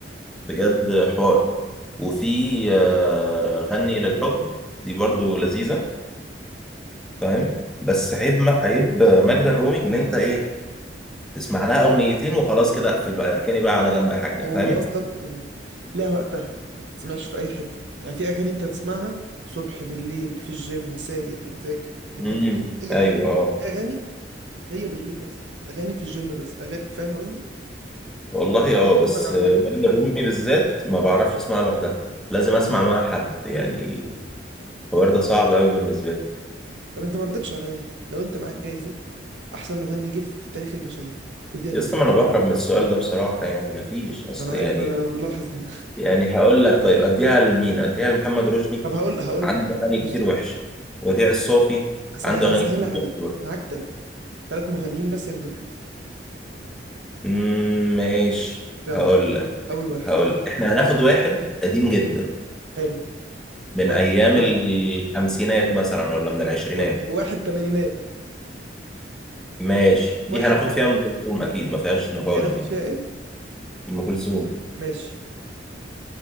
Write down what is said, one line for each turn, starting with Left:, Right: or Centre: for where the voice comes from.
Centre: بجد حوار وفي آه، غني للحب دي برضو لذيذة فاهم بس عيب م- عيب ماجدة الرومي ان انت ايه تسمع لها اغنيتين وخلاص كده اقفل بقى اركني بقى على جنب يا حاجة
Right: او
Centre: فاهم
Right: قصدك لها وقتها ما تتسمعش في اي حتة يعني في اغاني انت تسمعها صبح بالليل في الجيم سايق بتذاكر بتلعب
Centre: امم
Right: اي
Centre: ايوه
Right: حاجة
Centre: اه
Right: في اغاني هي بالليل بس اغاني في الجيم بس اغاني فاهم قصدي
Centre: والله اه
Right: انت قصدك
Centre: بس
Right: على
Centre: آه،
Right: كده
Centre: ماجدة
Right: صح؟
Centre: الرومي بالذات ما بعرفش اسمعها لوحدها لازم اسمع معاها حد يعني الحوار ده صعب قوي بالنسبة لي
Right: طب انت ما ردتش عليا لو انت معاك جايزة احسن مغني جه في تاريخ البشرية تديها لمين
Centre: اصلا ما انا بهرب من السؤال ده بصراحة يعني مفيش اصل
Right: ما انا عارف
Centre: يعني
Right: انا ملاحظ ان
Centre: يعني هقول لك طيب اديها لمين اديها لمحمد رشدي
Right: <laughs> طب هقول هقول
Centre: عنده
Right: لك حاجه
Centre: اغاني
Right: بص
Centre: كتير
Right: يا
Centre: وحشه
Right: عم
Centre: وديع الصافي
Right: هسه-
Centre: عنده اغاني
Right: هسهلها
Centre: كتير وحشه
Right: عليك
Centre: برضه
Right: معاك ثلاثه ثلاث مغنيين بس ياخدوا الجايزه
Centre: أمم، ماشي
Right: يلا
Centre: هقول لك
Right: اول واحد
Centre: هقول لك احنا هناخد واحد قديم جدا
Right: حلو
Centre: من
Right: واحد
Centre: ايام
Right: عادي
Centre: الخمسينات مثلا ولا من العشرينات
Right: و- واحد تمانينات
Centre: ماشي دي
Right: واحد
Centre: هناخد فيها ام كلثوم اكيد ما فيهاش نقاش
Right: يعني اخد
Centre: دي
Right: فيها ايه
Centre: ام كلثوم
Right: ماشي